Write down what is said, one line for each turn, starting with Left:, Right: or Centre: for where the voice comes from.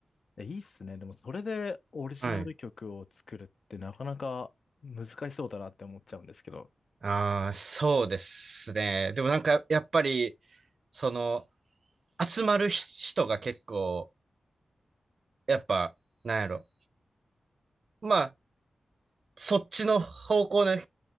Left: えいいっすね。でも、それでオリジナル曲を作るってなかなか難しそうだなって思っちゃうんですけど。
Right: はい。ああ、そうですね。でもなんか、やっぱり、その、集まる人が結構、やっぱ、なんやろ。まあ、そっちの方向の